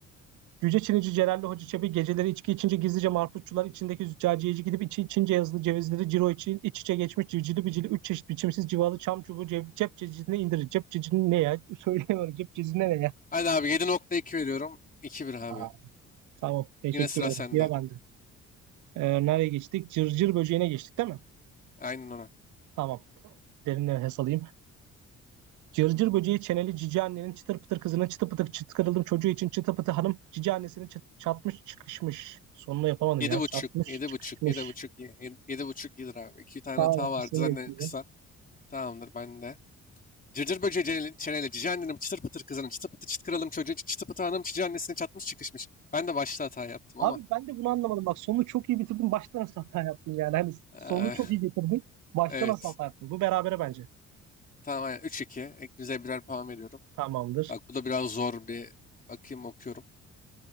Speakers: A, on the right; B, on the left.
A: Cüce Çinici Celalli Hoca Çebi geceleri içki içince gizlice marputçular içindeki züccaciyeci gidip içi içince yazılı cevizleri ciro içi iç içe geçmiş civcili bicili üç çeşit biçimsiz civalı çam çubuğu cep, cep cecine indirir. Cep cecine ne ya? <laughs> Söyleyemiyorum. Cep cecine ne ya?
B: Hadi abi yedi nokta iki veriyorum. iki bir abi.
A: Aa, tamam. Teşekkür
B: Yine sıra
A: ederim.
B: sende.
A: Yine bende. Ee, nereye geçtik? Cırcır böceğine geçtik değil mi?
B: Aynen ona.
A: Tamam. Derinden nefes alayım. Cırcır böceği çeneli cici annenin çıtır pıtır kızının çıtı pıtır çıtkırıldım çocuğu için çıtı pıtı hanım cici annesinin çat- çatmış çıkışmış. Sonunu yapamadım
B: Yedi
A: ya.
B: buçuk,
A: Çatmış
B: yedi
A: çıkışmış.
B: buçuk, yedi buçuk, ye- yedi yedi buçuk iyidir abi. İki tane
A: Tamam
B: hata
A: abi
B: vardı
A: seni
B: zaten
A: bekliyorum.
B: kısa. Tamamdır ben de. Cırcır böceği çeneli, çeneli cici annenin çıtır pıtır kızının çıtı pıtı çıt kralım çocuğu çı- çıtı pıtı hanım cici annesini çatmış çıkışmış. Ben de başta hata yaptım
A: Abi
B: ama.
A: ben de bunu anlamadım. Bak sonu çok iyi bitirdin. Başta nasıl hata yaptın yani? Hani
B: eee,
A: sonu çok
B: <laughs>
A: iyi getirdin. Başta
B: evet.
A: nasıl hata yaptın? Bu berabere bence.
B: Tamam aynen Üç iki. İkinize birer puan veriyorum.
A: Tamamdır.
B: Bak bu da biraz zor bir bakayım okuyorum.